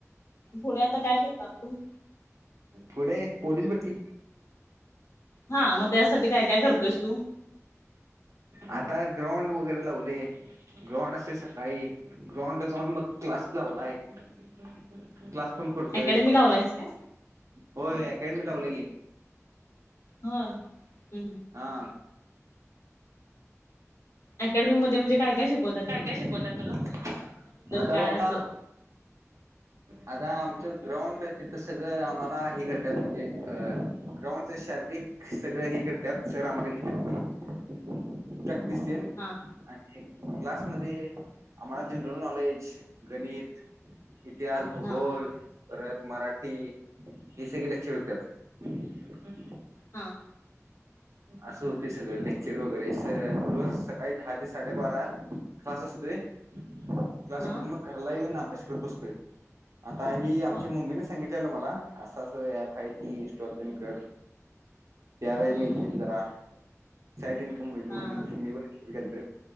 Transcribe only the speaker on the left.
पुढे आता काय करतात तू
हा मग त्यासाठी काय काय करतोस तू
अकॅडमी लावलायस काय
हा ह.
अकॅडमी मध्ये म्हजे काय काय शिकत.
काय
असं
हां.
हा
हां
हा
हो
हम्म
हा